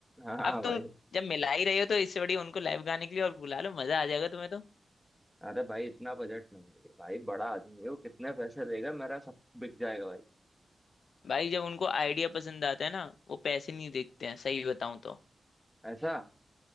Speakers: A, in the centre; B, on the left.
A: हाँ
B: अब
A: भाई
B: तुम जब मिला ही रहे हो तो इससे बढ़िया उनको लाइव गाने के लिए और बुला लो मजा आ जाएगा तुम्हें तो
A: अरे भाई इतना बजट नहीं है भाई बड़ा आदमी है वो कितने पैसे देगा मेरा सब बिक जाएगा भाई
B: भाई जब उनको आइडिया पसंद आता है ना वो पैसे नहीं देखते हैं सही बताऊं तो
A: ऐसा